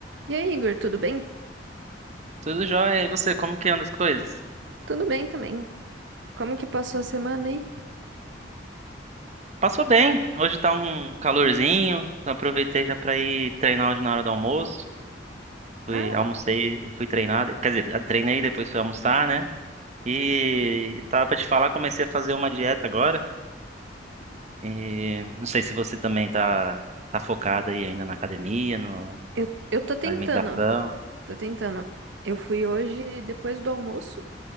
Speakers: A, on the right; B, on the right.
A: E aí, Igor, tudo bem?
B: Tudo jóia. E você, como que anda as coisas?
A: Tudo bem também. Como que passou a semana aí?
B: Passou bem. Hoje tá um calorzinho. Então aproveitei já pra ir treinar hoje na hora do almoço. Fui,
A: Ah,
B: almocei e fui treinar. Quer dizer, treinei depois fui almoçar, né? E tava pra te falar, comecei a fazer uma dieta agora. E não sei se você também tá, tá focada aí ainda na academia, no,
A: eu, eu tô tentando,
B: na alimentação.
A: tô tentando. Eu fui hoje depois do almoço,